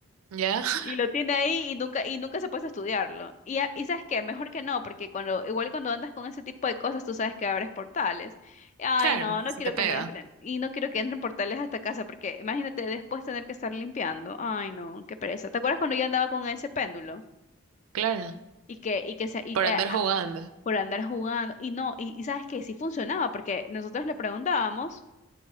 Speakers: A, on the right (about 75°); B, on the left (about 35°).
A: ¿Ya? <laughs>
B: Y lo tiene ahí y nunca, y nunca se puede estudiarlo. Y, a- y sabes qué, mejor que no, porque cuando, igual cuando andas con ese tipo de cosas, tú sabes que abres portales. Ay,
A: Claro,
B: no, no
A: se
B: quiero
A: te pega.
B: que no entren, y no quiero que entren portales a esta casa, porque imagínate después tener que estar limpiando. Ay, no, qué pereza. ¿Te acuerdas cuando yo andaba con ese péndulo?
A: Claro.
B: Y que, y que se, y,
A: Por
B: eh,
A: andar jugando.
B: por andar jugando, y no, y, y sabes que sí funcionaba, porque nosotros le preguntábamos,